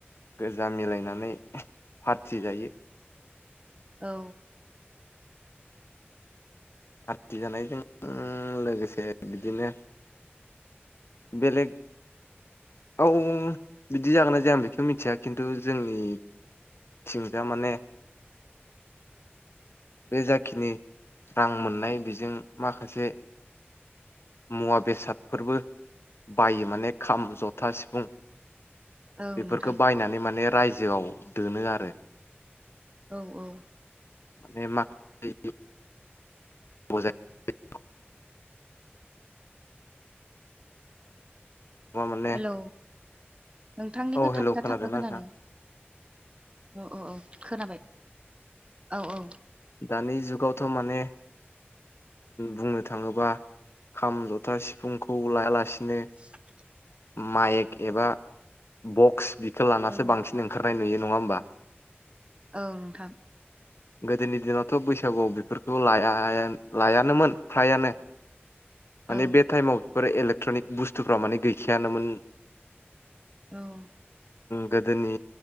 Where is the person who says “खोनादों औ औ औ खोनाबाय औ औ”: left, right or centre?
Right